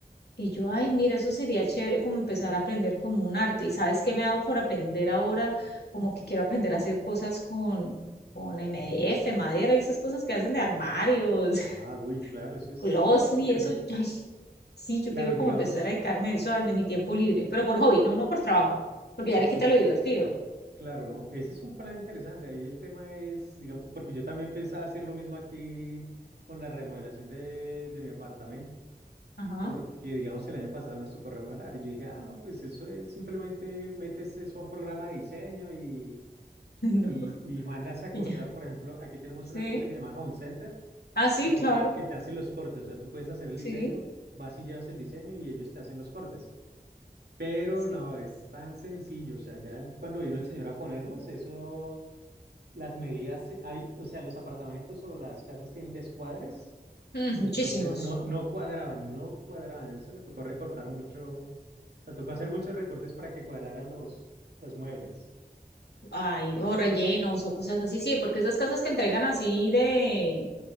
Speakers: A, on the left; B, on the right.
A: Y yo, ay, mira, eso sería chévere como empezar a aprender como un arte. ¿Y sabes qué me hago por aprender ahora? Como que quiero aprender a hacer cosas con, con MDF, madera y esas cosas que hacen de armarios, <laughs>
B: Ah, uy, claro, eso es,
A: closet
B: es interesante.
A: y eso. Ay, sí, yo
B: Claro,
A: quiero
B: digamos,
A: como empezar a dedicarme a eso en mi tiempo libre, pero por hobby, no, no por trabajo, porque
B: ah,
A: ya le
B: pues,
A: quita lo divertido.
B: claro, no, ese es un plan interesante. Ahí el tema es, digamos, porque yo también pensaba hacer lo mismo aquí con la remodelación de, de mi apartamento,
A: Ajá,
B: porque, digamos, el año pasado nos tocó remodelar y yo dije, ah, no, pues eso es simplemente metes eso a un programa de diseño y,
A: <laughs> no,
B: y, y mandas a
A: y
B: cortar,
A: ya.
B: por ejemplo, aquí tenemos
A: Sí.
B: una empresa que se llama Home Center.
A: Ah, sí,
B: que te,
A: claro,
B: co- que te hacen los cortes. O sea, tú puedes hacer el
A: sí.
B: diseño, vas y llevas el diseño y ellos te hacen los cortes. Pero
A: sí.
B: no, es tan sencillo. O sea, ya el- cuando vino el señor a ponerlos, eso, las medidas, se- hay- o sea, los apartamentos o las casas tienen descuadres
A: Mm,
B: y
A: muchísimos.
B: entonces no, no cuadraban, no cuadraban. Eso le tocó recortar mucho. O sea, tocó hacer muchos recortes para que cuadraran los, los muebles.
A: Ay, o rellenos o cosas así, sí, porque esas casas que entregan así de